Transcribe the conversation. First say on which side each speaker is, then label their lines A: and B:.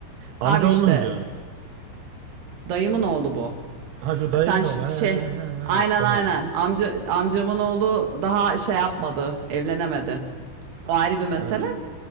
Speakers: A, on the right (about 75°); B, on the right (about 60°).
A: Amcaoğlunu
B: Abi işte
A: mu diyorsun?
B: dayımın oğlu bu.
A: Ha şu dayın
B: Sen şi-
A: oğlu. He, he,
B: şey
A: he,
B: aynen
A: he. Tamam.
B: aynen amca amcamın oğlu daha şey yapmadı evlenemedi. O ayrı bir mesele.
A: He.